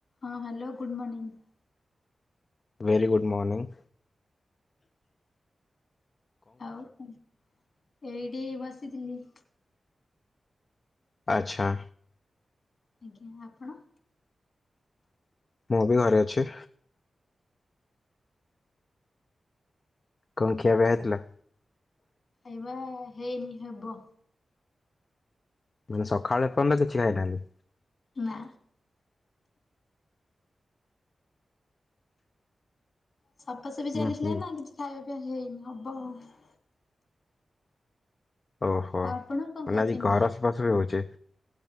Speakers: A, on the left; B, on the left.
A: ହଁ hello good morning.
B: Very good morning.
A: ଆଉ ଏଇଠି ବସିଥିଲି।
B: ଆଚ୍ଛା।
A: ଆଜ୍ଞା ଆପଣ?
B: ମୁଁ ବି ଘରେ ଅଛି। କଣ ଖିଆ ପିଆ ହେଇଥିଲା?
A: ଏ ବା ହେଇନି ହେବ।
B: ମାନେ ସକାଳେ ଏ ପର୍ଯ୍ୟନ୍ତ କିଛି ଖାଇନାହାନ୍ତି।
A: ନା। ସଫାସଫି ଚାଲିଥିଲା
B: ଉଁ ହୁଁ
A: ନା କିଛି ଖାଇବା ପିଇବା ହେଇନି ହବ ଆଉ।
B: ଓହୋ
A: ଆଉ
B: ମାନେ
A: ଆପଣ କଣ ଖାଇଛନ୍ତି?
B: ଆଜି ଘର ସଫା ସଫି ହଉଛି।